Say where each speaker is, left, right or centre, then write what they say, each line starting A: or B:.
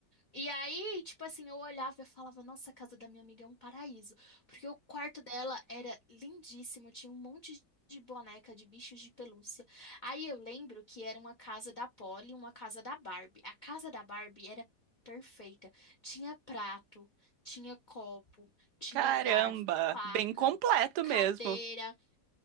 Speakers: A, on the left; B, on the right.
A: E aí, tipo assim, eu olhava e eu falava, nossa, a casa da minha amiga é um paraíso. Porque o quarto dela era lindíssimo, tinha um monte de boneca de bichos de pelúcia. Aí eu lembro que era uma casa da Polly e uma casa da Barbie. A casa da Barbie era perfeita. Tinha prato, tinha copo, tinha
B: Caramba,
A: garfo, faca,
B: bem completo
A: cadeira,
B: mesmo.